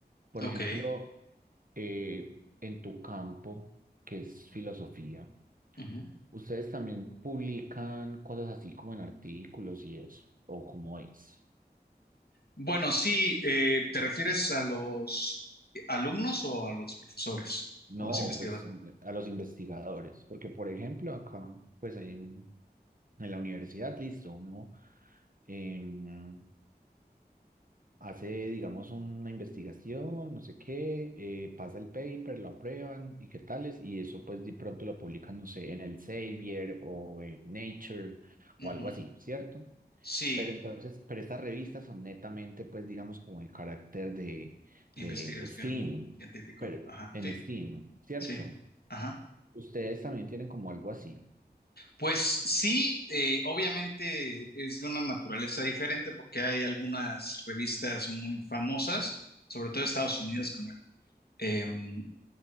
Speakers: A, on the right (about 55°); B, on the left (about 65°).
A: Por
B: ok,
A: ejemplo, eh, en tu campo, que es filosofía,
B: ujú.
A: ¿Ustedes también publican cosas así como en artículos y eso? ¿O cómo es?
B: Bueno, sí, eh, ¿te refieres a los alumnos o a los profesores
A: No,
B: o a los investigadores?
A: pues en- a los investigadores, porque por ejemplo acá, pues en, en la universidad, listo, uno em, hace, digamos, una investigación, no sé qué, eh, pasa el paper, lo aprueban y qué tales, y eso pues de pronto lo publican, no sé, en el Elsevier o en Nature
B: Ujú,
A: o algo así, ¿cierto?
B: Sí,
A: Pero entonces, pero estas revistas son netamente, pues, digamos, como el carácter de, de
B: Investigación
A: Steam,
B: científico.
A: pero
B: Ajá.
A: en
B: Sí,
A: Steam, ¿cierto?
B: sí. Ajá.
A: Ustedes también tienen como algo así.
B: Pues sí, eh, obviamente es de una naturaleza diferente porque hay algunas revistas muy famosas, sobre todo de Estados Unidos, como el em,